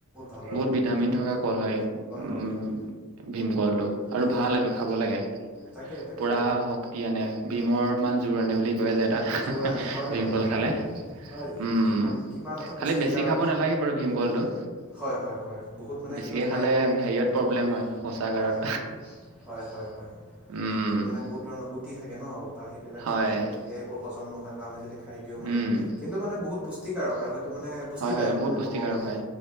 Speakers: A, in the centre; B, on the right.
A: ভাল হয়
B: বহুত ভিটামিন
A: সেইটো
B: থকা কল হয় উম,
A: হয় হয়
B: ভীমকলটো। আৰু
A: ভীমকল
B: ভাল এইটো খাব লাগে,
A: তাকে তাকে
B: পুৰা শক্তি আনে ভীমৰ মান জোৰ আনে বুলি কৈ যে এটা
A: জোৰ আনে হয়
B: ভীমকল
A: হয় হয়
B: খালে।
A: হয়
B: উম,
A: কিমান কিমান এটা পুষ্টিকাৰ
B: খালি বেছি খাব নালাগে বাৰু ভীমকলটো।
A: হয় হয় হয়। বহুত মানে
B: বেছিকে
A: সেইটোত হাই
B: খালে
A: প্ৰট
B: হেৰিয়ত প্ৰব্লেম
A: প্ৰ
B: হয় শৌচাগাৰত।
A: হয়, হয় হয় হয়।
B: উম,
A: সেইটোত মানে বহুত ধৰণৰ গুটি থাকে ন বা সেইবিলাক
B: হয়,
A: থাকে গতিকে সেইবোৰ হজম নহয় বা আমি যদি খা খাই দিওঁ মানে
B: উম,
A: কিন্তু মানে বহুত পুষ্টিকাৰক আৰু সেইটো মানে পুষ্টিদায়ক
B: হয়, হয়, বহুত
A: মানে
B: পুষ্টিকাৰক
A: ক'ব গ'লে।
B: হয়।